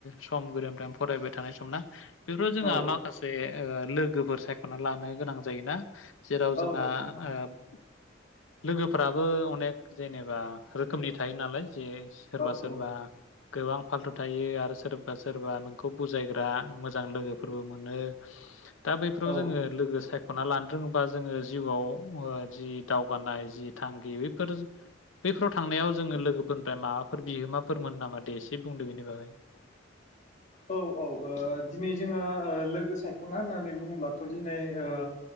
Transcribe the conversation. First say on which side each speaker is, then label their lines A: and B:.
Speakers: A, on the left; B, on the left.
A: सम गोदोनिफ्राय फरायबाय थानाय सम ना बेफोराव जोंहा
B: औ
A: माखासे लोगोफोर सायखना लानो गोनां जा जायोना जेराव जोंहा
B: औ औ नोंथां
A: ओ लोगोफ फोराबो अनेक जेनेबा रोखोमनि थायो नालाय। जे सोरबा
B: औ
A: सोरबा
B: औ
A: गोबां फाल्थु थायो आरो सोरबा सोरबा नोंखौ बुजायग्रा मोजां लोगोफोरबो मोनो। दा बैफोराव
B: औ
A: जोङो लोगो साय खना लानो रोङोबा जोङो जिउआव ओ जि दावगानाय जि थांखि बेफोर बैफोराव थांनायाव जोङो लोगोफोरनिफ्राय माबा फोर बिहोमाफोर मोनो नामा दे एसे से बुंदों बिनि बागै।
B: औ औ ओ दिनै जोङो ओ लोगो सायखना होननानै बुङोबाथ दिनै ओ